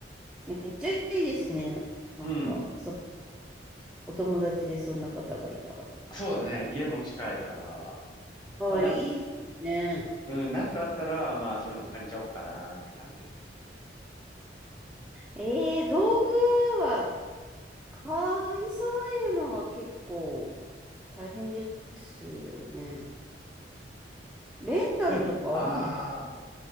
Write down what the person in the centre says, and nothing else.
めっちゃいいですね。なんか、
そ、お友達でそんな方がいたら。
あ、
いいですね。
ええ道具は買い揃えるのは結構大変ですよね。レンタルとかあるんですか